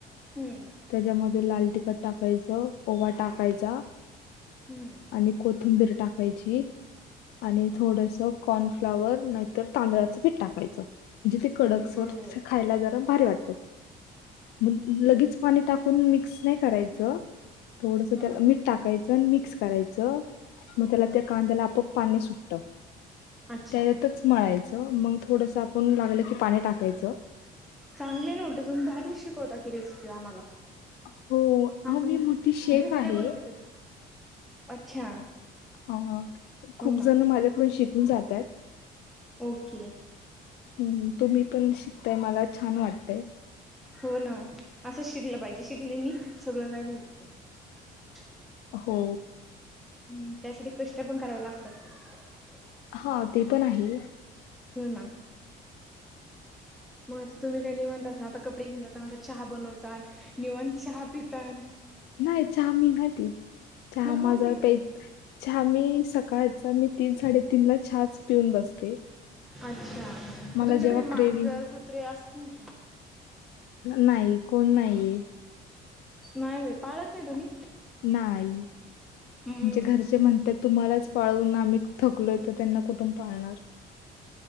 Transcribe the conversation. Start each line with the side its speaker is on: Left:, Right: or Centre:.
Centre: हम्म
Left: त्याच्यामध्ये लाल तिखट टाकायचं ओवा टाकायचा.
Centre: हम्म
Left: आणि कोथंबीर टाकायची. आणि थोडस कॉनफ्लावर नाहीतर तांदळाचं पीठ टाकायचं. जे ते कडकसर
Centre: बर
Left: खायला जरा भारी वाटत. मग
Centre: बर
Left: लगेच पाणी टाकून मिक्स नाही करायचं. थोडस
Centre: हम्म
Left: त्याला मीठ टाकायचं आणि मिक्स करायचं मग त्याला त्या कांद्याला आपप... पाणी सुटत
Centre: अच्छा
Left: त्यातच मळाय... च मग थोडस आपण लागलं की पाणी टाकायचं.
Centre: चांगले ना उलते तुम्ही भारीच शिकवता की रेसिपी आम्हाला
Left: हो
Centre: ह
Left: अहो
Centre: म
Left: मी मोठी शेफ
Centre: भजी
Left: आहे
Centre: नाही बनवली कधी.. अच्छा
Left: ह खूप
Centre: हो ना
Left: जण माझ्याकडून शिकून जातात
Centre: ओके
Left: हम् तुम्ही पण शिकताय मला छान वाटतय
Centre: हो ना असं शिकलं पाहिजे शिकलेनी सगळं काय भेटत
Left: हो
Centre: हम्म त्यासाठी कष्ट पण कराव लागतात
Left: हा ते पण आहे.
Centre: हो ना मग आता तुम्ही काही निवांता असा आता कपडे घेऊन जातन आता चहा बनवतान निवांत चहा पितानं
Left: नाही चहा मी नाही पीत चहा
Centre: मग कोण
Left: माझा
Centre: पितं?
Left: प हा चहा मी सकाळचा मी तीन साडेतीन ला चहाच पिऊन बसते
Centre: अच्छा
Left: मला
Centre: तुमच्या
Left: जेव्हा
Centre: घरी मांजर
Left: क्रेविंग
Centre: कुत्रे असतील की
Left: नाही कोण नाहीये.
Centre: नाही व पाळत नाही तुम्ही..
Left: नाय आमच्या
Centre: हम्म.
Left: घरचे म्हणतात तुम्हालाच पाळून आम्ही थकलोय तर त्यांना कुठून पाळणार.